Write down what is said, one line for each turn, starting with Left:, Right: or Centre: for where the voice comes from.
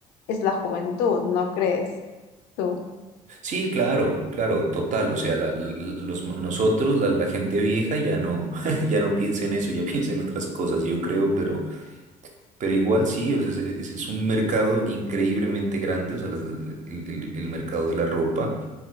Left: es la juventud, ¿no crees tú?
Right: Sí, claro, claro, total. O sea, la- la- los, nosotros, la, la gente vieja, ya no, <laughs> ya no piensa en eso, ya piensa en otras cosas, yo creo, pero... Pero igual sí, o sea, es, es- es un mercado increíblemente grande, o sea, las- el, el- el mercado de la ropa.